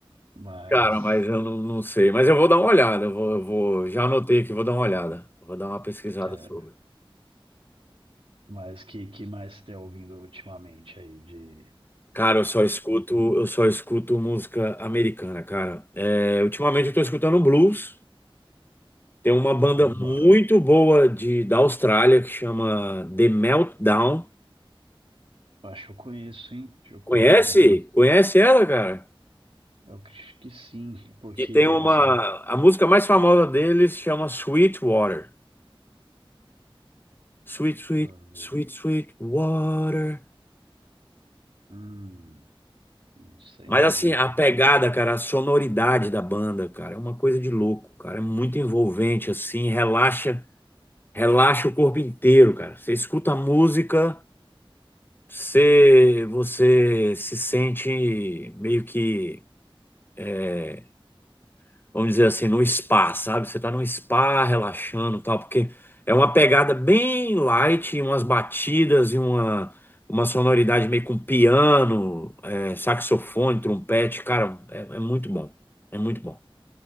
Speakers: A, on the right; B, on the left.
A: Mas,
B: Cara, mas eu não, não sei. Mas eu vou dar uma olhada. Eu vou, eu vou- já anotei aqui, vou dar uma olhada. Vou dar uma pesquisada
A: é,
B: sobre.
A: mas que, que mais você tá ouvindo ultimamente aí de...
B: Cara, eu só escuto, eu só escuto música americana, cara. É, ultimamente eu tô escutando blues. Tem uma banda
A: Opa,
B: muito boa de, da Austrália que chama The Meltdown.
A: acho que eu conheço, hein? Deixa eu
B: Conhece?
A: confirmar.
B: Conhece ela, cara?
A: Eu acho que sim, porque
B: Que tem
A: essa...
B: uma. A música mais famosa deles chama Sweet Water. Sweet,
A: Deixa
B: sweet,
A: eu ver.
B: sweet, sweet water.
A: Hum, não sei
B: Mas
A: não,
B: assim,
A: hein?
B: a
A: Deixa
B: pegada,
A: eu
B: cara, a sonoridade da banda, cara, é uma coisa de louco, cara. É muito envolvente, assim, relaxa, relaxa o corpo inteiro, cara. Você escuta a música, você, você se sente meio que, é, vamos dizer assim, no spa, sabe? Você tá num spa relaxando, e tal, porque é uma pegada bem light, umas batidas e uma, uma sonoridade meio com piano, é, saxofone, trompete, cara, é é muito bom. É muito bom.